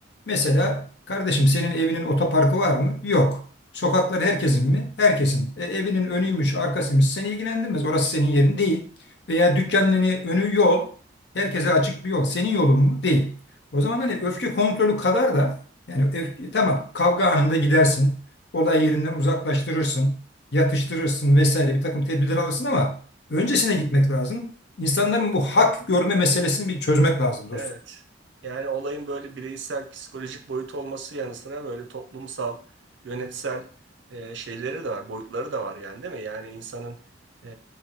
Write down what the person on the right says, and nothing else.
evet. Yani olayın böyle bireysel, psikolojik boyutu olması yanı sıra böyle toplumsal, yönetsel e, şeyleri de var, boyutları da var yani değil mi? Yani insanın e,